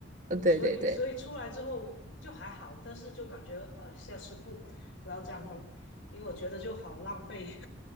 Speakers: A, on the right (about 45°); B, on the left (about 75°).
A: 呃，对对对，
B: 所以所以出来之后就还好，但是就感觉呃下次不不要这样弄，因为我觉得就好浪费。